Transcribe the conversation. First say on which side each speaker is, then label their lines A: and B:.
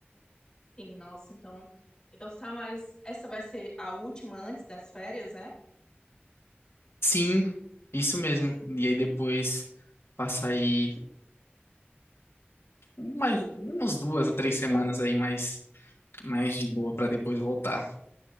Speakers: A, on the left; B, on the left.
A: Sim, nossa, então, então tá, mas essa vai ser a última antes das férias, é?
B: Sim, isso mesmo. E aí depois passa aí mais, umas duas a três semanas aí mais, mais de boa para depois voltar.